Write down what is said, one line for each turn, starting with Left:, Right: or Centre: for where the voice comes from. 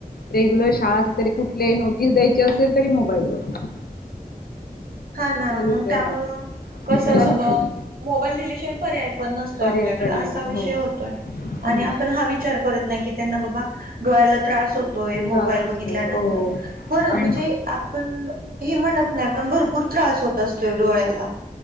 Left: रेग्युलर शाळा अस तरी कुठले नो. द्यायचे असेल तरी मोबाईलवर.
Right: हा ना
Left: चालूच
Right: मग
Left: आहे
Right: त्यामुं
Left: हा
Right: कसं
Left: मुलांनाच
Right: सगळं
Left: होत
Right: मोबाईल दिल्याशिवाय पर्या आहे. ण नसतोय
Left: पर्याय
Right: आपल्याकड
Left: पण
Right: असा
Left: नाहीये
Right: विषय
Left: हो
Right: होतोय
Left: हम्म
Right: आणि आपण हा. विचार करत नाही की त्यांना बाबा डोळ्याला त्रास होत होय
Left: त्रास
Right: मोबाईल
Left: होतोय
Right: बघितल्यानंतर
Left: हो
Right: बर
Left: आणि
Right: म्हणजे पण हे म्हणत नाही पण भरपूर त्रास होत असतो डोळ्यांना.